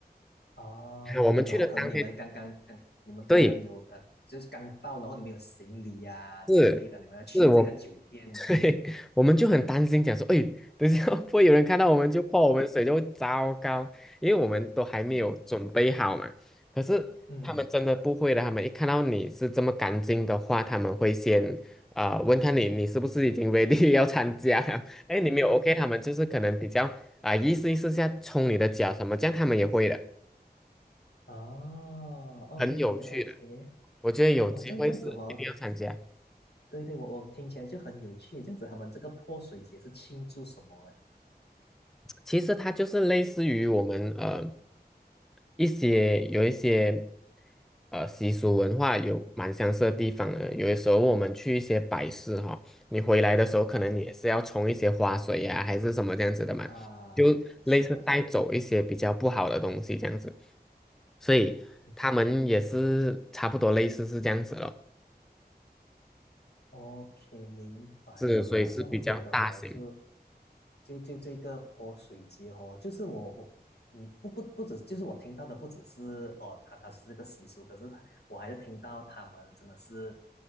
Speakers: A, on the left; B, in the centre.
A: 哦，
B: 啊我们去的当天，
A: 然后可能你们刚刚刚你们刚刚有呃，
B: 对，
A: 就是刚到，然后你们有行李呀、
B: 是是我
A: 之类的，你们要去这个酒店，
B: 对，<laughs> 我们就很担心，讲说，哎，等一下会不会有人看到我们就泼我们水，就糟糕，因为我们都还没有准备好嘛。
A: 嗯
B: 可是他们真的不会的，
A: 嗯，
B: 他们一看到你是这么干净的话，他们会先啊问看你，你是不是已经 ready 要参加了？<laughs> 哎，你没有 OK，他们就是可能比较啊、意思意思下冲你的脚什么，这样他们也会的，
A: 哦，OK
B: 很有趣的，
A: OK，
B: 我觉得有机会是一定要参加。
A: 哦，这样这样子哦，对对，我我听起来就很有趣，这样子他们这个泼水节是庆祝什么呢？
B: 其实它就是类似于我们呃一些有一些呃习俗文化有蛮相似的地方的。有的时候我们去一些摆饰哈，你回来的时候可能你也是要冲一些花水呀、还是什么这样子的嘛，
A: 啊，
B: 就类似带走一些比较不好的东西这样子。
A: 是的，是的，
B: 所以他们也是差不多类似是这样子咯，
A: 嗯，OK，明白了哇，
B: 是所以是比较大型，
A: 这样我觉得哦，就就就这个泼水节哦，就是我我嗯不不不止，就是我听到的不只是哦，他他是这个习俗，可是他我还是听到他们真的是